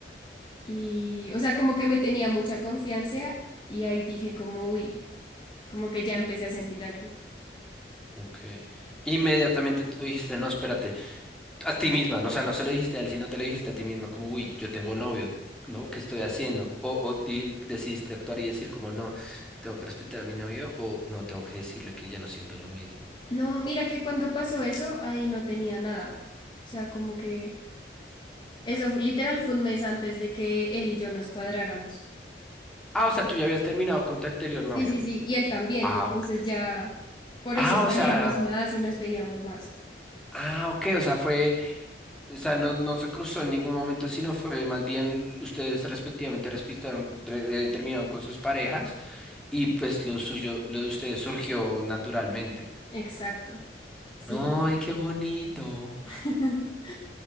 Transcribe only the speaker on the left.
y, o sea, como que me tenía mucha confianza y ahí dije como, uy, como que ya empecé a sentir algo.
No, mira que cuando pasó eso, ahí no tenía nada. O sea, como que eso fu- literal fue un mes antes de que él y yo nos cuadráramos.
Sí, sí, sí, y él también.
Entonces
ya, por
eso salíamos
más y nos veíamos más.
Exacto. Sí,
Kike.
<laughs>